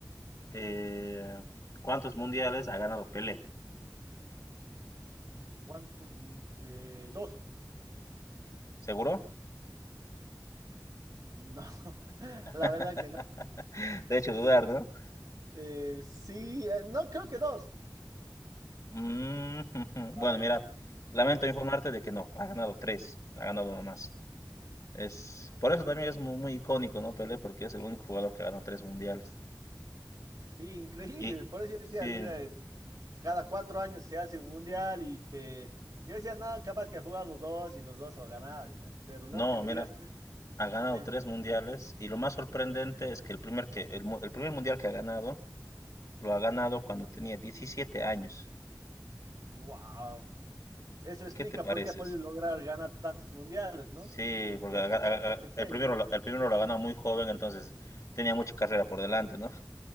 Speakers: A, on the left; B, on the right.
A: eh, ¿cuántos mundiales ha ganado Pelé?
B: ¿Cuántos? mun- Eh, dos.
A: ¿Seguro?
B: No, <laughs>
A: <laughs>
B: la verdad que no.
A: Te he hecho dudar, ¿no?
B: Eh, sí, eh, no, creo que dos.
A: Mm, <laughs> Bueno,
B: A ver,
A: mira, lamento
B: a ver.
A: informarte de que no, ha ganado tres, ha ganado uno más. Es, por eso también es muy, muy icónico, ¿no? Pelé, porque es el único jugador que ha ganado tres mundiales.
B: Sí, increíble.
A: Y
B: Por eso yo decía,
A: sí,
B: mira, eh, cada cuatro años se hace un mundial y que yo decía, no, capaz que ha jugado dos y los dos ha ganado. decía, Pero no,
A: no,
B: que me
A: mira,
B: digas tres.
A: ha ganado
B: Increíble.
A: tres mundiales y lo más sorprendente es que el primer, que, el, mu- el primer mundial que ha ganado, lo ha ganado cuando tenía 17 años.
B: Wow. Eso explica
A: ¿Qué te pareces?
B: por qué ha podido lograr ganar tantos mundiales, ¿no?
A: Sí,
B: Porque
A: porque ha-
B: ha comenzado
A: ha-
B: desde
A: ha-
B: pequeño.
A: el primero, lo- el primero lo ha ganado muy joven, entonces tenía mucha carrera por delante, ¿no?